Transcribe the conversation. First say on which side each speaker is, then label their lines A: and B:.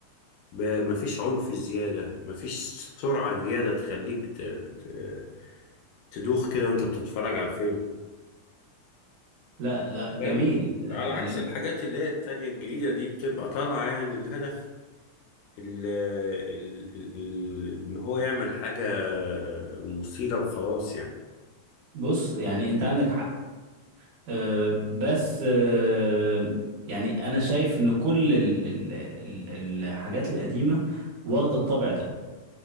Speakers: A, on the left; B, on the right.
A: ب... مفيش عنف زياده مفيش سرعه زياده تخليك ت... ت... تدوخ كده وانت بتتفرج على الفيلم
B: لا لا جميل
A: فاهم
B: آه،
A: على عكس
B: ال-
A: الحاجات اللي هي التانية الجديدة دي بتبقى طالعة يعني الهدف ال ال ال ال- ان هو يعمل حاجة مثيرة وخلاص يعني
B: بص يعني انت عندك حق آه، بس آه، يعني انا شايف ان كل ال- ال- ال- الحاجات القديمه واخده الطابع ده